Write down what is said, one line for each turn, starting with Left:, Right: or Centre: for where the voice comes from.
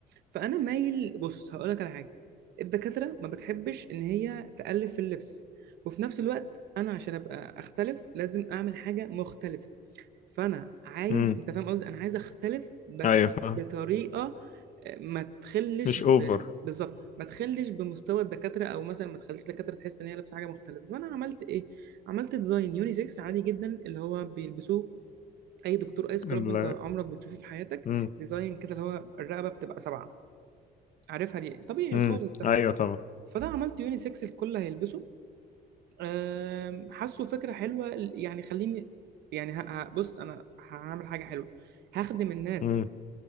Right: فانا مايل بص هقول لك على حاجه الدكاتره ما بتحبش ان هي تالف في اللبس وفي نفس الوقت انا عشان ابقى اختلف لازم اعمل حاجه مختلفه فانا عايز
Left: امم
Right: انت فاهم قصدي انا عايز اختلف بس
Left: أيوه فاهم.
Right: بطريقه آه، ما تخلش
Left: مش
Right: ب...
Left: أوفر
Right: بالظبط ما تخلش بمستوى الدكاتره او مثلا ما تخليش الدكاتره تحس ان هي لابسه حاجه مختلفه فانا عملت ايه عملت ديزاين يونيسكس عادي جدا اللي هو بيلبسوه اي دكتور اي سكراب
Left: ال
Right: انت عمرك بتشوفه في حياتك
Left: امم
Right: ديزاين كده اللي هو الرقبه بتبقى سبعه عارفها دي طبيعي
Left: امم
Right: خالص ده
Left: أيوه طبعا
Right: فانا عملت يونيسكس الكل هيلبسه أم، حاسه فكره حلوه يعني خليني يعني ه- ه- بص انا هعمل حاجه حلوه هخدم الناس
Left: امم